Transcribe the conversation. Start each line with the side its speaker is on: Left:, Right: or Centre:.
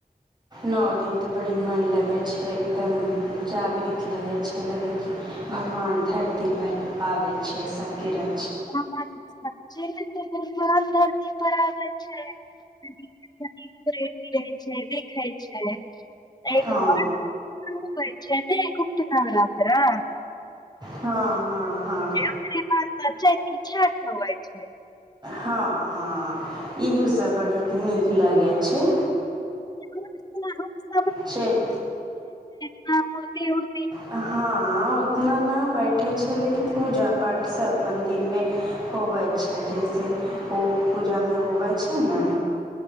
Right: नओ दिन तऽ बड़ी मन लगैत छै एकदम जागृत लगैत छै लगै भगवान धरती पर आबै छियै सबके र
Left: हमरा त सच्चेमे पेट बरा दर्द पर आबै छै धनीकस धनीक रहै छै देखै छै ऐ
Right: हँ
Left: के बाद शुरू होय छै न गुप्तनवरात्रा
Right: हँ हँ हँ
Left: ओकरे <unintelligible>
Right: हँ हँ इहो सब बड़ी नीक लगै छै
Left: सु <unintelligible>
Right: चैत
Left: हँ मुर्ति उर
Right: हँ उतना ना बैठे छै लेकिन पूजा पाठ सब मन्दिरमे होबै छै जइसे ओ पूजामे होबै छै न